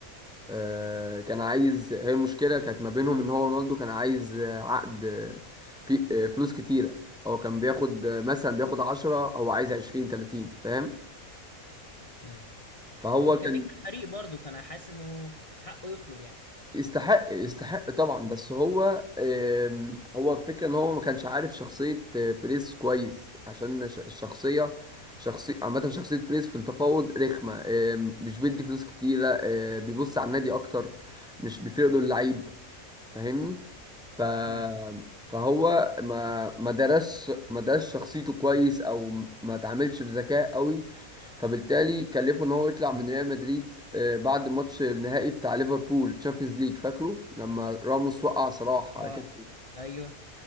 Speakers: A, in the centre; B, on the left (about 30°).
A: آه كان عايز هي المشكله كانت ما بينهم ان هو رونالدو كان عايز آه، عقد آه، في آه، فلوس كتيره هو كان بياخد آه، مثلا بياخد 10 هو عايز 20 30 فاهم
B: مم.
A: فهو
B: ما هو
A: كان
B: كان نجم الفريق برضه فانا حاسس انه حقه يطلب
A: يستحق يستحق طبعا بس هو آم، هو الفكرة ان هو ما كانش عارف شخصية آه، بريز كويس عشان ش- الشخصية شخصية عامة شخصية بريز في التفاوض رخمة آم، مش بيدي فلوس كتيرة آه، بيبص على النادي اكتر مش بيفرق له اللعيب فاهمني ف
B: يعني
A: فهو ما ما درس ما درس شخصيته كويس او ما تعاملش بذكاء قوي فبالتالي كلفه ان هو يطلع من ريال مدريد آه، بعد ماتش النهائي بتاع ليفربول تشامبيونز ليج فاكره لما راموس وقع صلاح على
B: اه
A: كده
B: ايوه